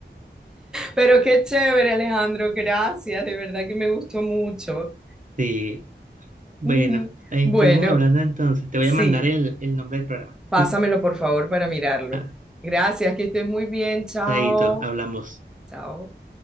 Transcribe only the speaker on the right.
sí. Bueno,
ahí
estamos hablando entonces. Te voy
a mandar el, el nombre del programa.
<laughs>
Ah,
chaito, hablamos.